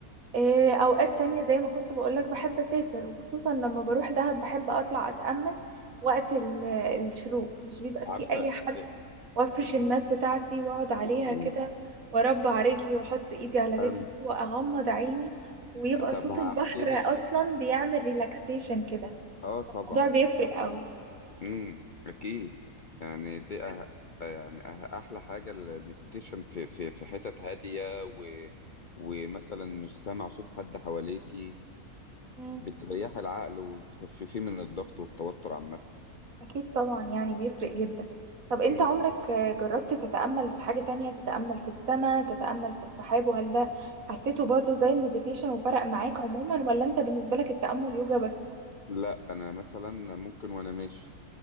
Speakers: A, on the right; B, on the left.
A: إيه، اوقات تانية زي ما كنت بقولك بحب اسافر وخصوصا لما بروح دهب بحب اطلع اتأمل وقت ال- الشروق مش بيبقى فيه
B: عارفة
A: اي حد
B: إيه،
A: وافرش المات
B: هل-
A: بتاعتي واقعد عليها
B: مم.
A: كده واربع رجلي واحط ايدي على رجلي
B: حلو.
A: واغمض عيني ويبقى
B: طب
A: صوت
B: هحكي
A: البحر
B: لك
A: اصلا بيعمل ريلاكسيشن كده
B: اه طبعا
A: الموضوع بيفرق قوي
B: امم اكيد يعني دي أه... يعني أه... احلى حاجة المديتيشن في في في حتت هادية و... ومثلا مش سامع صوت حد حواليكي
A: مم.
B: بتريح العقل وبتخففيه من الضغط والتوتر عامة
A: أكيد طبعا يعني بيفرق جدا طب أنت
B: مم.
A: عمرك آه، جربت تتأمل في حاجة تانية تتأمل في السماء تتأمل في السحاب وهل ده حسيته برضو زي المديتيشن وفرق معاك عموما ولا أنت بالنسبة لك التأمل يوجا بس
B: لا انا مثلا ممكن وانا ماشي